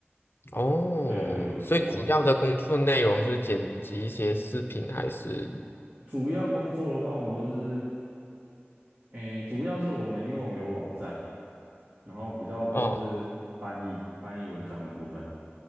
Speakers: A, on the left; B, on the right.
A: 哦，
B: 对对对，
A: 所以主要的工作内容就是剪辑一些视频，
B: 我。
A: 还是
B: 主要工作的话，我们都是，诶，主要是我们，因为我们有网站，然后比较多是翻译，
A: 哦
B: 翻译文章的部分。